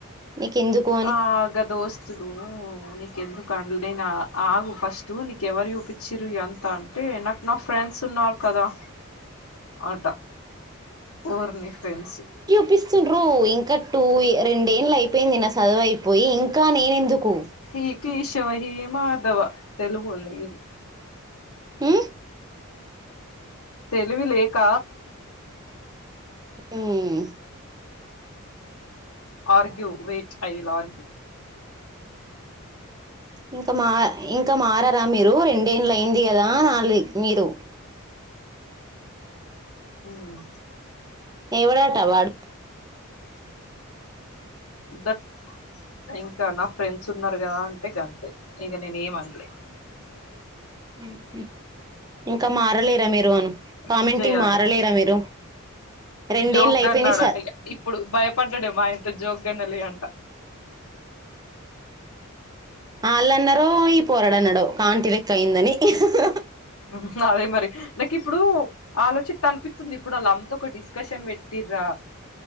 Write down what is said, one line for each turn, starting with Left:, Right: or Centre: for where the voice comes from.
Right: మీకు ఎందుకు
Left: ఆ గా దోస్తులు నీకెందుకు అండలే నా ఆగు ఫస్ట్ నీకు ఎవరు చూపించిరు ఇది అంత అంటే నాకు నా ఫ్రెండ్స్ ఉన్నారు కదా ఆటా ఊర్ని ఫ్రెండ్స్
Right: పిస్ డ్రు ఇంకా టూ రెండేళ్ళు అయిపోయింది నా చదువైపోయి ఇంకా నేనెందుకు
Left: ఈ కేశవ హీ మాధవ తెలుగోళ్ళు ఇ
Right: హ్మ్
Left: తెలివి లేక
Right: ఉమ్
Left: argue wait I will argue
Right: ఇంక మా ఇంక మారరా మీరు రెండేన్లు అయింది గదా అని అనాలి మీరు
Left: ఉమ్
Right: ఎవరట వాడు
Left: దట్ ఇంకా నా ఫ్రెండ్స్ ఉన్నరు గదా అంటే గంతే ఇంగ నేను ఏమన్లే
Right: ఓకే ఇంకా మారలేరా మీరు అను కామెంటింగ్
Left: ఏం చెయాలో
Right: మారలేరా మీరు రెండెన్లు
Left: జోక్గా
Right: ఐపోయినా
Left: అన్నాడట
Right: స
Left: ఇగ ఇప్పుడు భయపడ్డడు మాయంట జోగ్ న్నాలే అంట
Right: ఆల్లన్నారు ఈ పోరడన్నాడు కాంటివేక్ట్ అయిందని ఇ హ హ
Left: ఉంహు అదే మరి నాకిప్పుడు ఆలోచ్చిత్తే అనిపిత్తుంది ఇప్పుడు అల్లంతా ఒక డిస్కషన్ పెట్టిర్రా